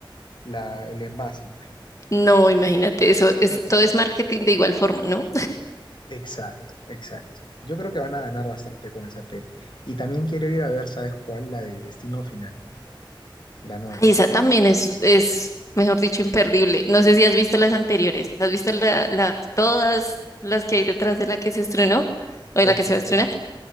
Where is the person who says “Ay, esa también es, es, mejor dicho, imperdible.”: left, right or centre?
Left